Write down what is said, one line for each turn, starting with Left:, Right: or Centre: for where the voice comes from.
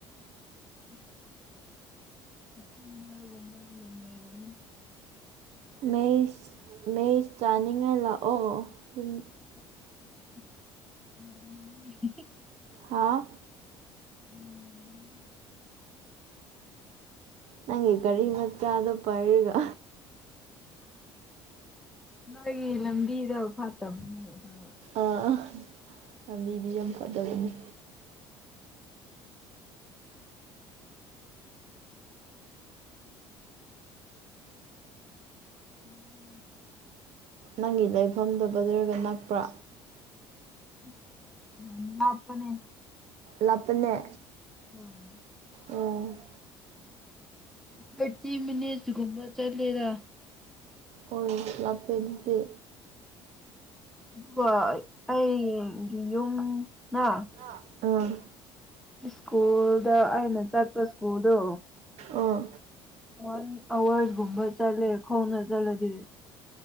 Centre: ꯎꯝ ꯀꯝꯕ ꯑꯔꯣꯟꯕ ꯌꯥꯝ ꯂꯩꯔꯝꯃꯦ
Right: ꯃꯩ ꯃꯩ ꯆꯥꯅꯤꯡꯉꯥꯏ ꯂꯥꯛꯑꯣ ꯌꯨꯝ
Centre: ꯑꯣ
Right: ꯍꯥꯥ
Centre: ꯎꯝ
Right: ꯅꯪꯒꯤ ꯒꯥꯔꯤ ꯃꯆꯥꯗꯣ ꯄꯥꯏꯔꯒ
Centre: ꯃꯥꯒꯤ ꯂꯝꯕꯤꯗꯣ ꯐꯠꯇꯕꯅꯦ ꯑꯗꯣ
Right: ꯥ ꯂꯝꯕꯤꯗꯤ ꯌꯥꯝ ꯐꯖꯕꯅꯤ
Centre: ꯎꯝ
Right: ꯅꯪꯒꯤ ꯂꯩꯐꯝꯗꯣ ꯕꯖꯥꯔꯒ ꯅꯛꯄ꯭ꯔꯥ
Centre: ꯑꯁ ꯌꯥꯝ ꯂꯥꯞꯄꯅꯦ
Right: ꯂꯥꯞꯄꯅꯦ
Centre: ꯍꯣꯏ
Right: ꯑꯣ
Centre: ꯇꯣꯟꯏꯇꯤ ꯃꯤꯅꯤꯠꯁ ꯀꯨꯝꯕ ꯆꯠꯂꯦꯗ
Right: ꯑꯣꯏ ꯂꯥꯞꯄꯦ ꯑꯗꯨꯗꯤ
Centre: ꯑꯗꯨꯒ ꯑꯩꯒꯤ ꯌꯨꯝꯅ
Right: ꯑꯥ
Centre: ꯁ꯭ꯀꯨꯜꯗ ꯑꯩꯅ ꯆꯠꯄ ꯁ꯭ꯀꯨꯜꯗꯣ
Right: ꯑꯥ
Centre: ꯋꯥꯟ ꯑꯋꯥꯔꯁ ꯀꯨꯝꯕ ꯆꯠꯂꯦ ꯈꯣꯡꯅ ꯆꯠꯂꯗꯤ